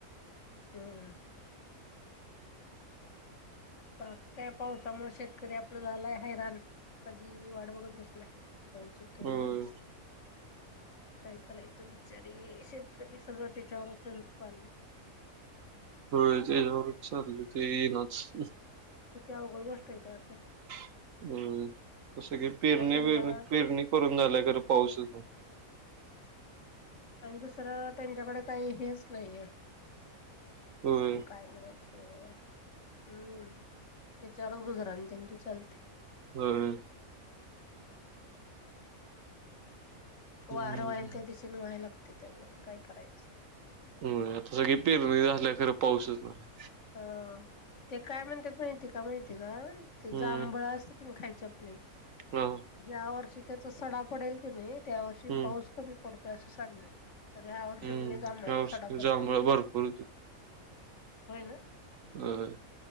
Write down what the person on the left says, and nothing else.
हम्म. बघ त्या पावसामुळे शेतकरी आपलं झालंय हैराण कधी येईल वाट बघत बसलाय पाऊस येतोय
म्हनून, काय करायचं बिचारी शेत कधी सगळं त्याच्यावरच त्यांच चाललंय
किती आवघड गोष्ट हाय त्याला ते
त्यांना
आणि दुसरं त्यांच्याकडे काही हेच नाहीये
हो, काय म्हणायच हो, हम्म, तेच्यावर गुजरा अन त्यांची चालते
हम्म <unintelligible> वार
वाहेल त्या दिशेने वायला लागतय त्यांना, म काय करायचं?
हा, ते काय म्हणत्यात माहिती का, माहितीय का? ते
जांभळा असंते की नाय खाय यचे आपले.
ज्या वर्षी त्याचा सडा पडेल की नाही त्या वर्षी
पाऊस कमी पडतोय असं सांगितलं तर ह्या वर्षी
म्हणे जांभळाचा
सडा पडलाय,
होय ना?